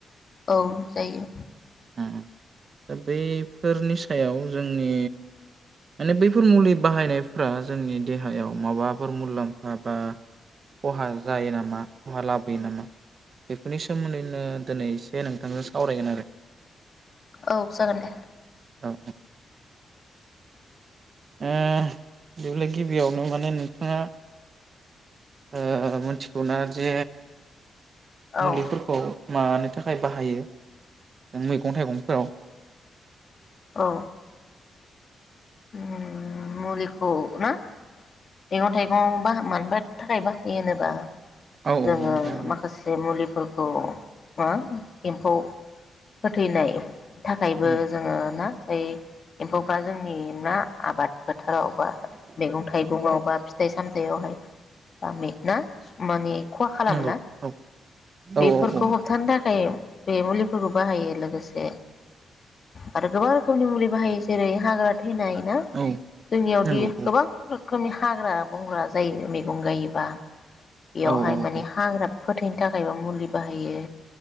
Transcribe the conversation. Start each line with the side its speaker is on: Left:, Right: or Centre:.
Left: औ जायो।
Right: अ दा बैफोरनि सायाव जोंनि माने बैफोर मुलि बाहायनायफ्रा जोंनि देहायाव माबाफोर मुलाम्फा बा खहा जायो नामा खहा लाबोयो नामा बेफोरनि सोमोन्दैनो दिनै एसे नोंथांजों सावरायगोन आरो।
Left: औ जागोन दे।
Right: औ औ। ओ <unintelligible> गिबियावनो माने नोंथाङा ओ मिथिगौना जे
Left: औ
Right: मुलिफोरखौ। मानि थाखाय बाहायो मैगं थाइगंफोराव?
Left: औ। ओम मुलिखौ ना। मैगं थाइगं बा मानबा थाखाय बाहायो होनोबा
Right: औ
Left: जोङो
Right: मानो थाखाय
Left: माखासे मुलि फोरखौ मा एम्फौ फोथैनाय। थाखायबो
Right: उम
Left: जोङो ना। ओइ एम्फौफ्रा जोंनि। ना आबाद फोथारावबा मैगं थाइगं आवबा फिथाइ सामथायाइयावहाय बा ना माने खहा खालामा
Right: नंगौ औ
Left: बेफोरखौ
Right: औ औ
Left: होबथानो थाखाय। बे मुलिफोरखौ बाहायो लोगोसे आरो गोबां रोखोमनि मुलि बाहायो जेरै हाग्रा थैनाय ना
Right: औ
Left: जोंनियावदि
Right: नंगौ औ
Left: गोबां खोमनि हाग्रा बंग्रा जायो मैगं गायोबा। बेयावहाय
Right: औ औ
Left: माने
Right: औ
Left: हाग्रा फोथैनो थाखायबो मुलि बाहायो